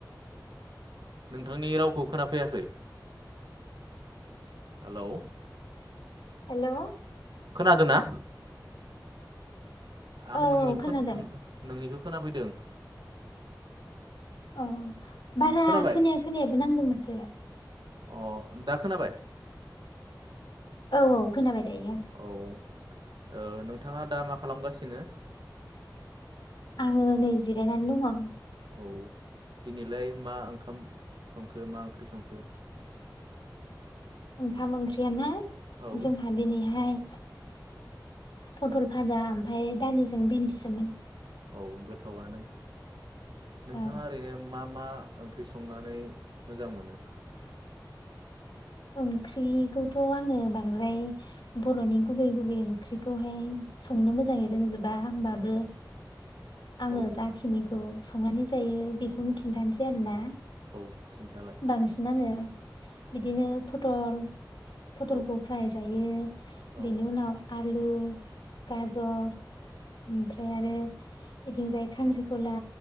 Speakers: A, on the right (about 80°); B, on the left (about 85°).
A: नोंथांनि रावखौ खोनाफैयाखै हेलौ
B: हेलौ
A: खोनादोंना? आं
B: औ
A: नोंनिखौ
B: खोनादों।
A: <inaudible> नोंनिखौ खोनाफैदों
B: औ बारा
A: खोनाबाय
B: खोनाया खोनायाबो नांदोंमोन। दे
A: अ दा खोनाबाय?
B: औ औ खोनाबाय दायो।
A: औ ओ नोंथाङा दा मा खालामगासिनो?
B: आङो नै जिरायनानै दङ।
A: औ दिनैलाय मा ओंखाम संखो मा ओंख्रि संखो?
B: ओंखाम ओंख्रियाना
A: औ
B: जोंहा दिनैहाय पटल भाजा ओमफ्राय दालिजों भेन्दिसोमोन
A: औ गोथावआनो नोंथाङा
B: औ
A: ओरैनो मा मा ओंख्रि संनानै मोजां मोनो?
B: ओंख्रिखौथ' आङो बांद्राय बर'नि गुबै गुबै ओंख्रिखौहाय संनो मोजाङै रोंजोबा होमबाबो आङो
A: औ
B: जाखिनिखौ संनानै जायो बेखौनो खिन्थानोसै आरोना
A: औ खिन्थालाय
B: बांसिन आङो बिदिनो फटल फटलखौ
A: औ
B: फ्राय जायो
A: औ
B: बेनि उनाव आलु उम गाजर ओमफ्राय आरो बिथिंजाय खांख्रिखला